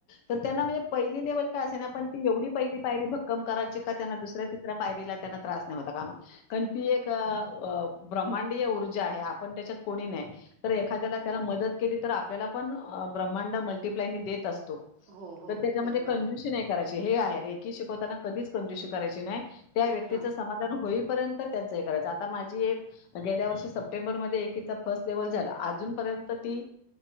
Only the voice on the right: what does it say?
हो, हो.
बरोबर
आहे.
हां,